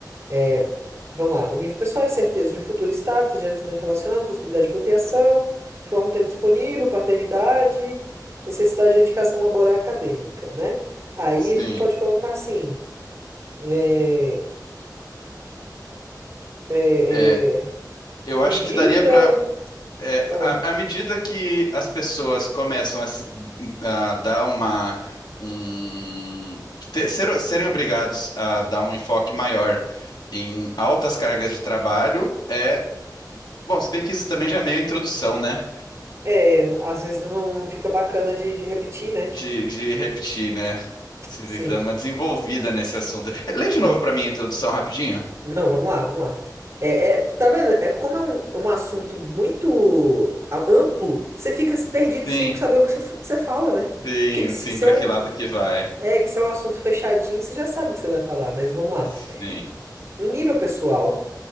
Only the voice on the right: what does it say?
É, vamos lá. Em nível pessoal, incerteza de um futuro estável está diretamente relacionado à possibilidade de procriação, forma um tempo disponível, paternidade, necessidade de dedicação laboral e acadêmica, né? Aí
a gente pode colocar assim, é, é,
é,
a
medida,
ah,
é, às vezes não, não fica bacana de, de repetir, né?
Sim,
sim.
Não, vamos lá, vamos lá. É, é, tá vendo? É, como é um, um assunto muito a- amplo, você fica perdido
sem saber o que você que você fala, né?
Porque se,
se
é um,
é, que se é um assunto fechadinho, você já sabe o que você vai falar, mas vamos lá.
Em nível pessoal,